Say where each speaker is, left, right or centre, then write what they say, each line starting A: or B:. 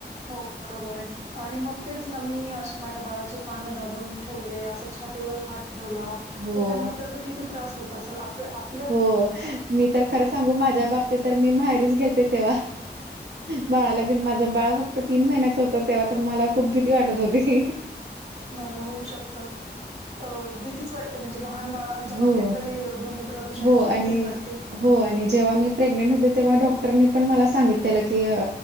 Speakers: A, on the right; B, on the right.
A: हो बरोबर आहे. आणि मग तेच ना मी असे माझ्या बाळाचे कानं दाबून ठेवले असं छातीवर हात ठेवला
B: हो.
A: त्यांना त्याचा किती त्रास होत असलं आपल आप
B: हो मी तर खरं सांगू माझ्या बाबतीत तर मी माहेरीच गेलते तेव्हा बाळाला घेऊन. माझं बाळ फक्त तीन महिन्याच होत तेव्हा तर मला खूप भीती वाटत होती.
A: नाही होऊ शकत अ भीती वाटते म्हणजे लहान बाळाच्या
B: हो,
A: बाबतीत तरी ध्वनी प्रदूषणची
B: हो
A: भीतीच
B: आणि
A: वाटते.
B: हो आणि जेव्हा मी प्रेग्नेंट होते तेव्हा डॉक्टरनी पण मला सांगितलेलं की